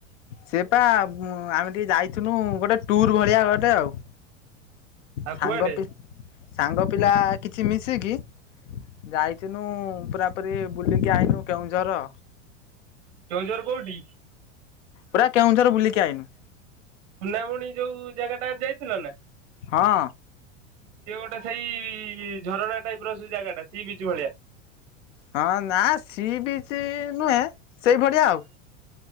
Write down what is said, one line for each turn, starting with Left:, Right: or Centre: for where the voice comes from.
Left: ସେ ପା ଆମେ ଟିକେ ଯାଇଥିନୁ ଗୋଟେ ଟୁର ଭଳିଆ ଗୋଟେ ଆଉ
Right: ଆଉ
Left: ସାଙ୍ଗ
Right: କୁଆଡେ
Left: ପିକ ସାଙ୍ଗ ପିଲା କିଛି ମିଶିକି ଯାଇଥିନୁ ପୁରା ପୁରି ବୁଲିକି ଆଇନୁ କେଉଁଝର।
Right: କେଉଁଝର କୋଉଠି?
Left: ପୁରା କେଉଁଝର ବୁଲିକି ଆଇନୁ।
Right: ସୁନାମୁଣି ଯୋଉ ଜାଗା ଟା ଯାଇଥିଲ ନା।?
Left: ହଁ।
Right: ସିଏ ଗୋଟେ ସେଇ ଝରଣା ଟାଇପର ସେ ଜାଗା ଟା ସି ବିଚ ଭଳିଆ।
Left: ହଁ ନା ସି ବିଚ ନୁହେଁ ସେଇ ଭଳିଆ ଆଉ।